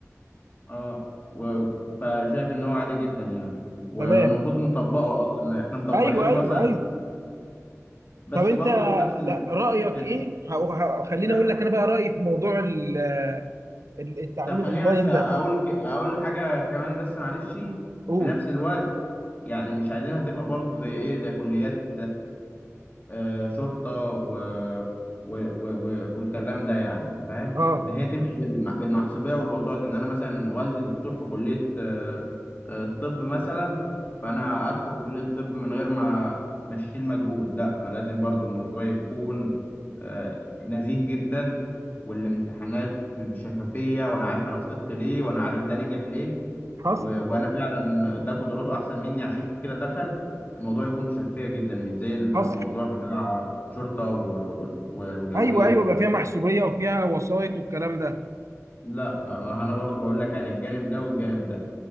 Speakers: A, on the left; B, on the right.
A: اه و... فشايف ان هو عادي جدا يعني والمفروض
B: تمام
A: نطبقه اصلا يعني احنا مطبقينه
B: ايوه ايوه
A: مثلا
B: ايوه
A: بس
B: طب انت
A: برضه في نفس ال...
B: لا رايك
A: في...
B: ايه ه- ه- خليني
A: في نفس
B: اقول لك انا بقى رايي في موضوع ال- ال- التعليم
A: طب خليني
B: الاونلاين
A: بس اقول
B: ده
A: ك... اقول حاجه كمان بس معلش
B: قول
A: في نفس الوقت يعني مش عايزينها تبقى برضه زي ايه زي كليات آه، شرطة و... و... و... و... والكلام ده يعني انت فاهم
B: اه
A: ان هي تمشي بالم... بالمحسوبية والوسائط ان انا مثلا والدي دكتور في كلية آه، آه، الطب مثلا فانا ادخل كلية الطب من غير ما ما اشيل مجهود لا لازم برضو الموضوع يكون آه، نزيه جدا والامتحانات بشفافية وانا عارف انا سقطت ليه وانا عارف ده نجح ليه
B: حصل
A: و... وانا فعلا ده قدراته احسن مني عشان كده دخل الموضوع يكون بشفافيه جدا مش زي الموضوع
B: حصل
A: بتاع شرطه و... و... وجويه
B: ايوه ايوه
A: والكلام
B: بقى فيها محسوبيه وفيها وسايط والكلام ده
A: لا آه، انا برضو بقول لك يعني الجانب ده والجانب ده